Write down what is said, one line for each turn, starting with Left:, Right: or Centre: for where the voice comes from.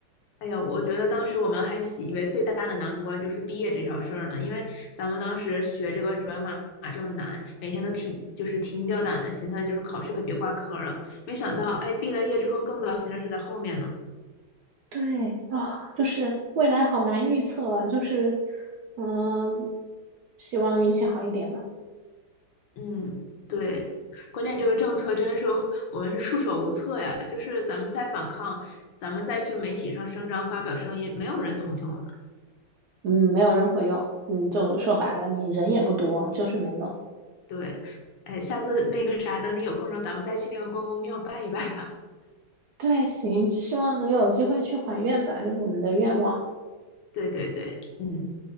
Left: 哎呀，我觉得当时我们还习以为最大的难关就是毕业这条事儿呢，因为咱们当时学这个转码这么难，每天都提就是提心吊胆的，寻思就是考试可别挂科儿啊。没想到，哎，毕了业之后更糟心的是在后面呢。
Right: 对啊，就是未来好难预测，就是嗯，希望运气好一点吧。
Left: 嗯，对，关键这个政策真的是我们是束手无策呀，就是咱们再反抗，咱们再去媒体上声张发表声音，没有人同情我们。
Right: 嗯，没有任何用。嗯，就说白了，你人也不多，就是没用。
Left: 对，哎，下次那个啥，等你有空的时候，咱们再去那个关公庙拜一拜吧。
Right: 对，行，希望能有机会去还愿吧，就我们的愿望。
Left: 对对对，嗯。